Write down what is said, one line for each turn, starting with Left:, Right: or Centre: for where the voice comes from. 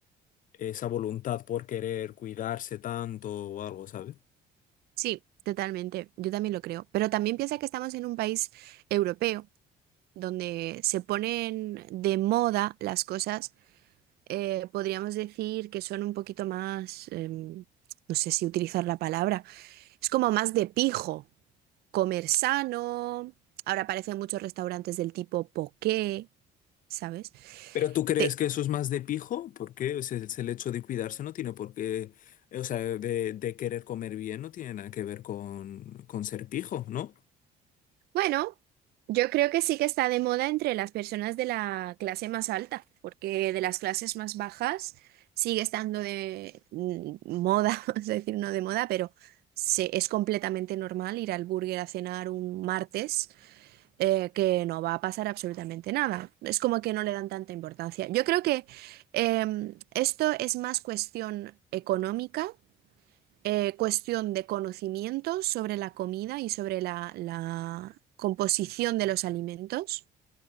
Left: esa voluntad por querer cuidarse tanto o algo, ¿sabes?
Right: sí, totalmente. Yo también lo creo. Pero también piensa que estamos en un país europeo donde se ponen de moda las cosas. eh, podríamos decir que son un poquito más, em, no sé si utilizar la palabra, es como más de pijo, comer sano. Ahora aparecen muchos restaurantes del tipo poké, ¿sabes?
Left: Pero ¿tú crees
Right: Te-
Left: que eso es más de pijo? Porque o sea, es el hecho de cuidarse no tiene por qué, o sea, de, de querer comer bien no tiene nada que ver con, con ser pijo, ¿no?
Right: Bueno, yo creo que sí que está de moda entre las personas de la clase más alta, porque de las clases más bajas sigue estando de mm, moda, <laughs> vamos a decir, no de moda, pero se- es completamente normal ir al burger a cenar un martes, eh, que no va a pasar absolutamente nada. Es como que no le dan tanta importancia. Yo creo que em, esto es más cuestión económica eh, cuestión de conocimientos sobre la comida y sobre la, la composición de los alimentos,